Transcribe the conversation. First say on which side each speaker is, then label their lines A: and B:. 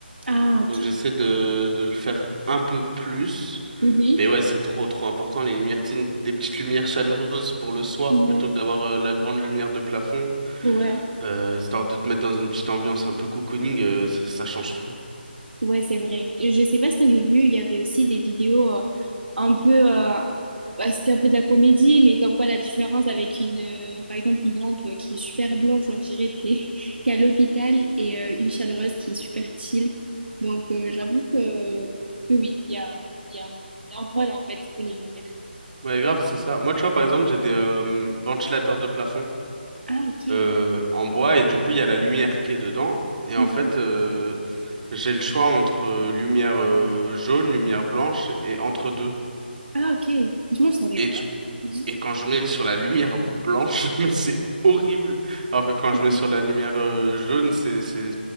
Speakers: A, on the right; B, on the right.
A: Ah, ok.
B: Donc, j'essaie de, de le faire un peu plus.
A: Mhm.
B: Mais ouais, c'est trop, trop important. Les lumières, tu sais, une- des petites lumières chaleureuses pour le soir
A: Ouais.
B: plutôt que d'avoir euh, la grande lumière de plafond.
A: Ouais.
B: Euh, histoire de te mettre dans une petite ambiance un peu cocooning, euh, ça, ça change tout.
A: Ouais, c'est vrai. Et Je sais pas si t'avais vu, il y avait aussi des vidéos euh, un peu, euh, bah, c'était un peu de la comédie, mais comme quoi la différence avec une, euh, par exemple, une lampe qui est super blanche, on dirait t'es <laughs> t'es à l'hôpital, et euh, une chaleureuse qui est super chill. Donc euh, j'avoue que, que oui, il y a, il y a, un- il y a un rôle en fait pour les lumières.
B: Ouais, grave, c'est ça. Moi, tu vois, par exemple, j'ai des euh, ventilateurs de plafond
A: Ah, ok.
B: euh, en bois et du coup, il y a la lumière qui est dedans. Et
A: Mhm.
B: en fait, euh, j'ai le choix entre euh, lumière euh, jaune, lumière blanche et entre deux.
A: Ah, ok. Franchement, je savais
B: Et,
A: pas.
B: du-
A: Mhm.
B: et quand je mets sur la lumière blanche, <laughs> mais c'est horrible. Alors que quand
A: Oui.
B: je mets sur la lumière euh, jaune, c'est c'est